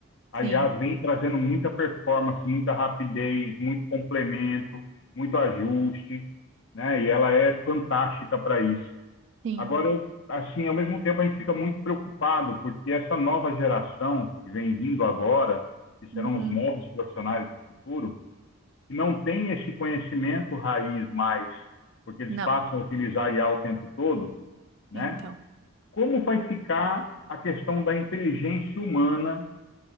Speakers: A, on the left; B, on the right.
A: a
B: sim,
A: IA vem trazendo muita performance, muita rapidez, muito complemento, muito ajuste, né? E ela é fantástica para isso.
B: sim.
A: Agora, assim, ao mesmo tempo a gente fica muito preocupado, porque essa nova geração que vem vindo agora, que serão
B: Uhum.
A: os novos profissionais do futuro, que não tem esse conhecimento raiz mais, porque eles
B: Não,
A: passam a utilizar IA o tempo todo, né?
B: então.
A: Como vai ficar a questão da inteligência humana